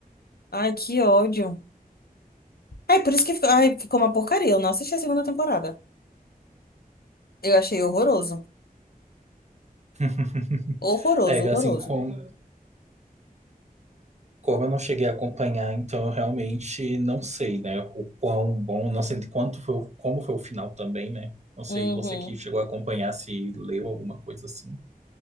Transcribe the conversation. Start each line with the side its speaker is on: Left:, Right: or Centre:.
Left: Ai, que ódio. Ai, por isso que ficou- ai, ficou uma porcaria. Eu não assisti a segunda temporada. Eu achei horroroso.
Right: <laughs>
Left: Horroroso,
Right: É,
Left: horroroso.
Right: assim, com, como eu não cheguei a acompanhar, então eu realmente não sei, né? O quão bom, não sei de quanto foi, o- como foi o final também, né? Não sei,
Left: Uhum.
Right: você que chegou a acompanhar, se leu alguma coisa assim.